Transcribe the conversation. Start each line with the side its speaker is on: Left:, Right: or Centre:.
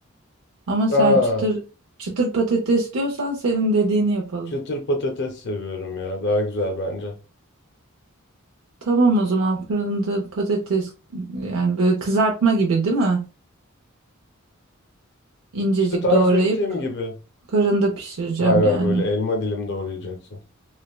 Right: Ama sen
Left: Aa.
Right: çıtır çıtır patates diyorsan senin dediğini yapalım.
Left: Çıtır patates seviyorum ya. Daha güzel bence.
Right: Tamam o zaman fırında patates yani böyle kızartma gibi değil mi? İncecik
Left: İşte tarif
Right: doğrayıp
Left: ettiğim gibi.
Right: fırında pişireceğim
Left: Hayır hayır
Right: yani.
Left: böyle elma dilim doğrayacaksın.